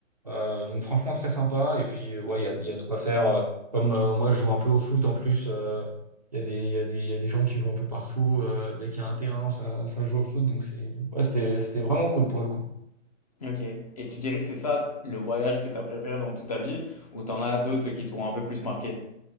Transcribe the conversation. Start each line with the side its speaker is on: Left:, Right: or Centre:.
Right: Euh, donc franchement, très sympa. Et puis, ouais, il y a, il y a de quoi faire. Euh, Comme euh, moi, je joue un peu au foot en plus. euh, Il y a des, il y a des, il y a des gens qui jouent un peu partout. Euh, dès qu'il y a un terrain, ça, ça joue au foot. Donc c'est, ouais, c'était, c'était vraiment cool pour le coup.
Left: OK et tu dirais que c'est ça le voyage que tu as préféré dans toute ta vie ou t'en as d'autres qui t'ont un peu plus marqué?